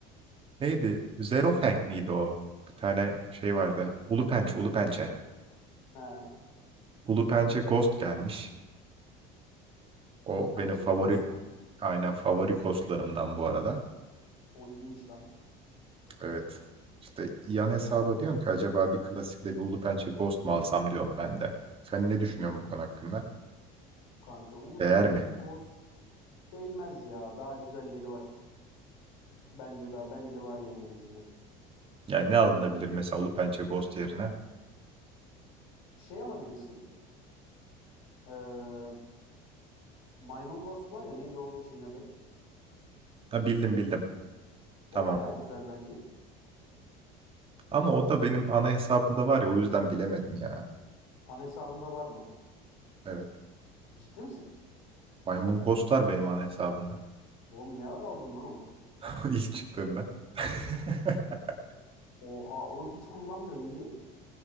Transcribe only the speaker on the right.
neydi? Zero Fang miydi o? Bir tane şey vardı. Ulu Pençe, Ulu Pençe.
Ulu Pençe Ghost gelmiş.
O
benim favori
Aynen favori kostlarımdan bu arada.
Evet. İşte yan hesaba diyorum ki acaba bir klasikle bir Ulu Pençe Ghost mu alsam diyorum ben de. Sen ne düşünüyorsun bu konu hakkında?
Değer
mi?
Yani ne alınabilir mesela Ulu Pençe Ghost yerine?
Ha bildim bildim.
Tamam.
Ama o da benim ana hesabımda var ya o yüzden bilemedim ya.
Evet.
Maymun Ghost'lar benim ana hesabımda.
<laughs> İlk çıktığında. <laughs>